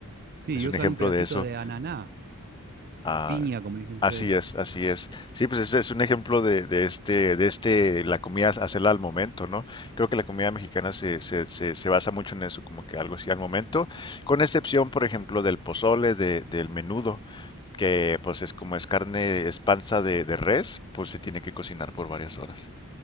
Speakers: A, on the right; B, on the left.
A: Sí,
B: Es
A: y
B: un
A: usan
B: ejemplo
A: un pedacito
B: de eso.
A: de ananá
B: Ah,
A: o piña, como le dicen ustedes.
B: así es, así es. Sí, pues ese es un ejemplo de, de este, de este, la comida hacerla al momento, ¿no? Creo que la comida mexicana se, se, se, se basa mucho en eso, como que algo así al momento, con excepción, por ejemplo, del pozole, de, del menudo, que pues es como es carne, es panza de, de res, pues se tiene que cocinar por varias horas.